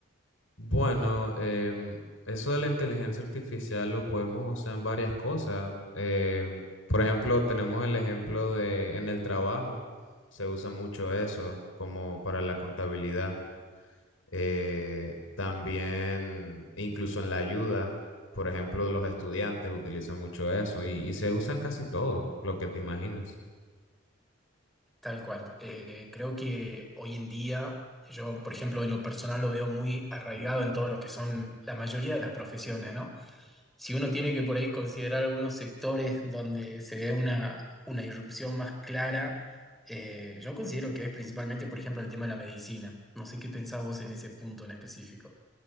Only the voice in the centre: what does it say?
Tal cual. Eh, creo que hoy en día, yo, por ejemplo, en lo personal lo veo muy arraigado en todo lo que son la mayoría de las profesiones, ¿no? si uno tiene que por ahí considerar algunos sectores donde se ve una, una irrupción más clara, eh, yo considero que es principalmente, por ejemplo, el tema de la medicina. No sé qué pensás vos en ese punto en específico.